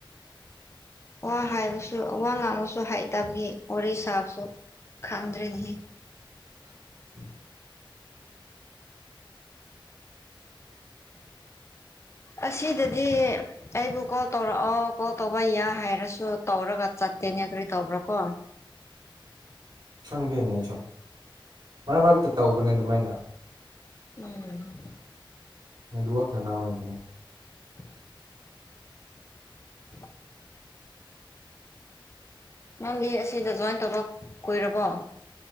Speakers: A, on the left (about 30°); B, on the right (about 55°).
A: ꯋꯥ ꯍꯥꯏꯕꯁꯨ ꯋꯥ ꯉꯥꯡꯕꯁꯨ ꯍꯩꯇꯕꯒꯤ ꯋꯥꯔꯤ ꯁꯥꯕꯁꯨ ꯈꯪꯗ꯭ꯔ‌ꯦꯅ‌ꯦꯍ‌ꯦ
B: ꯎꯝ
A: ꯑꯁꯤꯗꯗꯤ ꯑꯩꯕꯨ ꯀꯣꯛ ꯇꯧꯔꯛꯑ‌ꯣ ꯀꯣꯜ ꯇꯧꯕ ꯌꯥ ꯍꯥꯏꯔꯁꯨ ꯇꯧꯔꯒ ꯆꯠꯇꯦꯅꯦ ꯀꯔꯤ ꯇꯧꯕ꯭ꯔꯥ ꯀꯣ
B: ꯈꯪꯗꯦꯅꯦ ꯑꯩꯁꯨ ꯃꯔꯛ ꯃꯔꯛꯇ ꯇꯧꯕꯅ‌ꯦ ꯑꯗꯨꯃꯥꯏꯅ
A: ꯎꯝ
B: ꯅ‌ꯦꯠꯋꯥꯛꯅꯅꯥ ꯑꯣꯏꯕꯅꯦ
A: <inaudible> <inaudible> ꯅꯪꯗꯤ ꯑꯁꯤꯗ ꯖꯣꯏꯟ ꯇꯧꯕ ꯀꯨꯏꯔꯕꯣ